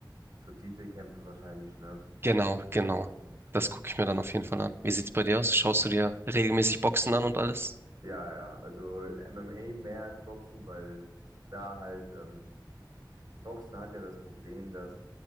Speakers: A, on the right; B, on the right.
A: so Titelkämpfe wahrscheinlich, ne?
B: Genau, genau.
A: Okay.
B: Das gucke ich mir dann auf jeden Fall an. Wie sieht's bei dir aus? Schaust du dir regelmäßig Boxen an und alles?
A: Ja, ja. Also MMA mehr als Boxen, weil da halt, ähm, Boxen hat ja das Problem, dass